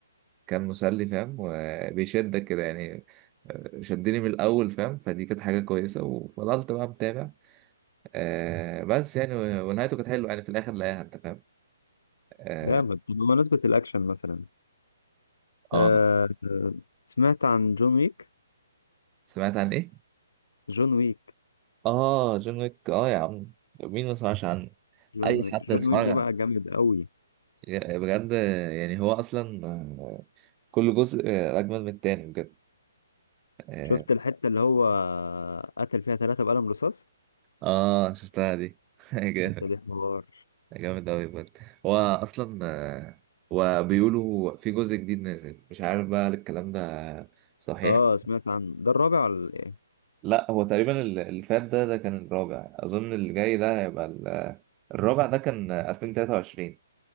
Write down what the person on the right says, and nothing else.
كان مسلي فاهم وبيشدك كده يعني آه، شدني من الأول فاهم فدي كانت حاجة كويسة وفضلت بقى متابع آه، بس يعني و- ونهايته كانت حلوة يعني في الآخر لاقيها أنت فاهم؟ اه
آه.
سمعت عن ايه؟
اه جون ويك اه يا عم مين ما سمعش عنه
اي
حد اتفرج
عنه.
يا- بجد آه، يعني هو اصلا آه، كل جزء آه، اجمل من التاني بجد اه
آه، شفتها دي <laughs> جامد
جامد اوي بجد هو اصلا آه، وبيقولوا في جزء جديد نازل مش عارف بقى هل الكلام ده صحيح
لا هو تقريبا ال- اللي فات ده ده كان الرابع اظن اللي جاي ده هيبقى ال- الرابع ده كان 2023